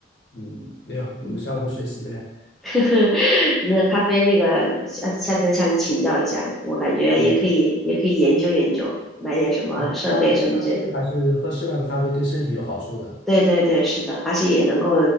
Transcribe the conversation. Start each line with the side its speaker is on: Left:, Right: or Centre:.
Left: 嗯，没有，
Centre: 嗯，
Left: 我们相互学习呗，
Centre: <laughs> 那咖啡那个下下次再向你请教一下，我感觉也可以也可以研究研究，
Left: 嗯，
Centre: 买点什么设备什么这
Left: 对，咖喝咖啡还是喝适量的咖啡对身体有好处的，
Centre: 对对对，是的，而且也能够